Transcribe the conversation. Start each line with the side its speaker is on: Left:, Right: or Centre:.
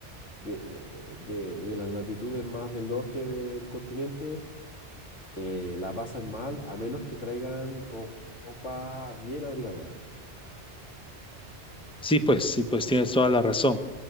Left: de, eh, de- de las latitudes más del norte del continente eh, la pasan mal a menos que traigan ro- ropa bien abrigadora.
Centre: Sí, pues, sí, pues tienes toda la razón.